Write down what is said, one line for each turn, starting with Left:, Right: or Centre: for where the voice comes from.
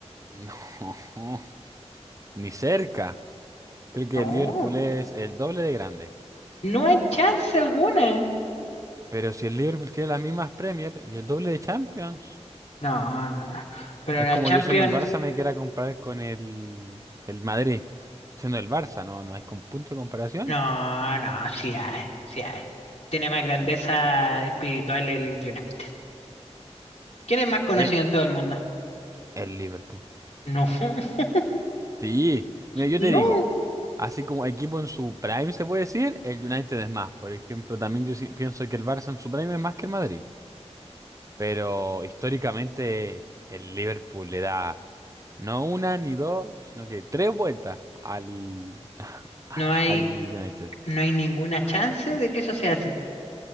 Right: No, <laughs> ni cerca. Creo que
Left: No,
Right: el Liverpool es el doble de grande.
Left: no hay chance alguna.
Right: Pero si el Liverpool tiene las mismas Premier y el doble de Champions,
Left: No, no, no. Pero
Right: es
Left: la
Right: como
Left: Champions,
Right: yo siendo el Barça me quiera comparar con el, el Madrid. Siendo el Barça, no, no hay con punto de comparación.
Left: no, no, sí hay, sí hay. Tiene más grandeza
Right: Mm,
Left: espiritual el United. ¿Quién es más conocido
Right: eh,
Left: en todo el mundo?
Right: el Liverpool.
Left: No, <laughs>
Right: Sí, mira, yo
Left: no,
Right: te digo, así como equipo en su prime se puede decir, el United es más. Por ejemplo, también yo sí pienso que el Barça en su prime es más que el Madrid. Pero históricamente el Liverpool le da no una ni dos, sino que tres vueltas al, <laughs>
Left: no hay,
Right: al United.
Left: no hay ninguna chance de que eso sea así.